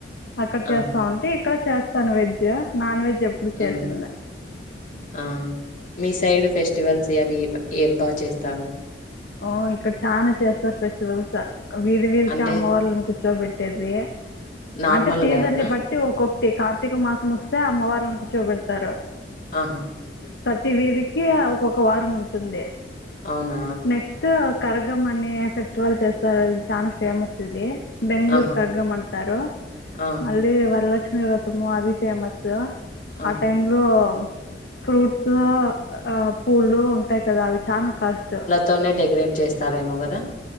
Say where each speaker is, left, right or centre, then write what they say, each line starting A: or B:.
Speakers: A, on the left (about 65°); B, on the left (about 50°).
A: అక్కడ చేస్తా
B: ఆహా!
A: ఉంటే ఇక్కడ చేస్తాను వెజ్ నాన్ వెజ్ ఎప్పుడు చేసిన్
B: హ్మ్.
A: దా
B: ఆ! మీ సైడ్ ఫెస్టివల్స్ అవి ఏం బాగ చేస్తారు
A: ఓ ఇక్కడ చాన చేస్తారు ఫెస్టివల్స్ వీధి వీధికి
B: అంటే
A: అమ్మ వాళ్ళని కుచ్ చ్చోబెట్టేది
B: నార్మల్‌గానా?
A: అంటే సీజన్ని బట్టి ఒక్కొక్క కార్తీక మాసం వస్తే అమ్మవార్లను కూర్చోబెడతారు
B: ఆహా
A: ప్రతి వీధికి ఒక్కొక్క వారం ఉంటుంది
B: అవునా
A: నెక్స్ట్ కరగం అనే ఫెస్టివల్ చేస్తారది చాన ఫేమస్ ఇది బెంగళూరు
B: ఆహా!
A: కగ్గమంటారు
B: ఆ!
A: మళ్ళీ వరలక్ష్మి మీరత్మ అది ఫేమస్ ఉ
B: ఆహా!
A: ఆ టైమ్ లో ఫ్రూట్స్ ఆ ఆ పూలు ఉంటాయి కదా అవి చాన కష్ట్
B: తోనే డెకరేట్ చేస్తారేమో కదా.